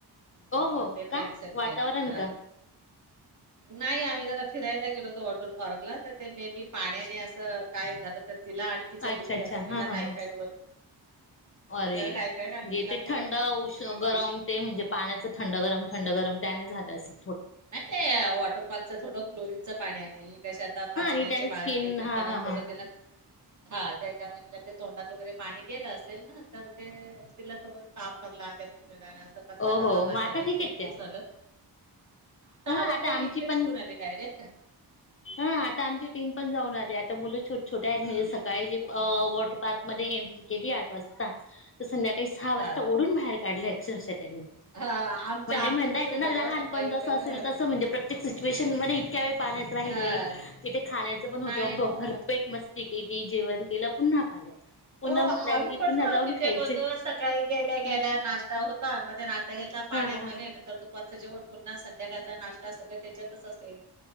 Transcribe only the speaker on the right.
मग
ते कॅन्सल
केलं
नाही आम्ही जरा फिरायला गेलो ऑटर पार्कला तर ते मे बी पाण्याने असं काय झालं तर तिला आणि तिच्या
पुतण्या
दोघींना
टायफाईड
वर
टायफाईड
आणि हिला
थोडं
विष-
नाही ते वॉटर पार्कच थोडं क्लोरीनच पाड्याले कसे आता पाच
महि्याचे
बाळंतीन
महिनताना
थोडं
तिला हा त्याच्यामध्ये तिला ते तोंडात वगैरे पाणी गेलं असेल ना तर ते तिला ज ताप भरला त्या आणि असं करता
करता पाच
सहा दिवस
भरपूर
झालं
मग
तिला मी
इकडेच
घेऊन आले डायरेक्ट
हा
हा आमच
आमचं
तस
झालं
सकाळी
तर
हा
नाही हो.
हो
आम्ही
पण
ह
तिथे
गत सकाळी गेल्या
गेल्या नाश्ता होता म नाश्ता घेतला पाण्यामध्ये
नंत तू जेवट पुन्हा संध्याकाळचा नाश्ता सगळं त्याच्यातच असे